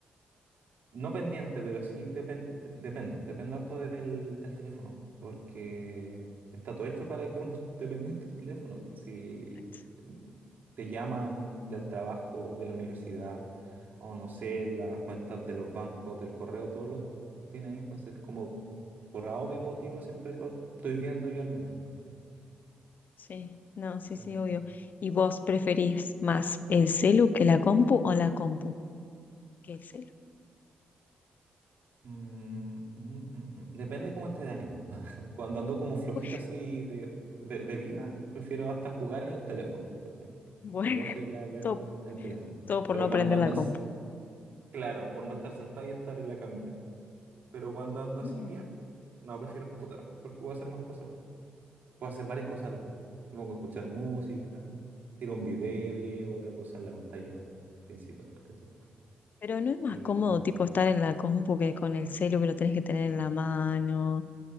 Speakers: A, on the right; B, on the left.
A: no pendiente, pero sí depen- dependo, dependo harto del, del teléfono, porque está todo hecho para que uno <laughs> esté pendiente del teléfono. pues, Si
B: Exacto.
A: te llaman del trabajo, de la universidad, o no sé, las cuentas de los bancos, del correo, todo lo tiene ahí, entonces como por A o B motivo siempre lo estoy viendo yo al menos. ¿cachai?
B: Sí, no,
A: Sí.
B: sí, sí, obvio. ¿Y vos preferís más el celu que la compu o la compu que el celu?
A: Mm, mm, mm, mm. Depende cómo esté de ánimo. <laughs> Cuando ando como flojito
B: Uy,
A: así de, de- de vida, prefiero hasta jugar en el teléfono, ¿cachai?
B: <laughs> bueno,
A: El oso ya veo
B: todo,
A: en el teléfono.
B: todo por
A: Pero
B: no
A: cuando
B: prender
A: andas,
B: la compu.
A: claro, por no estar sentado y estar en la camita. Pero cuando ando así
B: Mm.
A: bien, no, prefiero el computador, porque puedo hacer más cosas. Puedo hacer varias cosas a la vez. Me pongo a escuchar música, tiro un video y ahí hago otra cosa en la pantalla principal, ¿cachai?
B: Pero no es más
A: Eh,
B: cómodo tipo estar en la compu que con el celu que lo tenés que tener en la mano,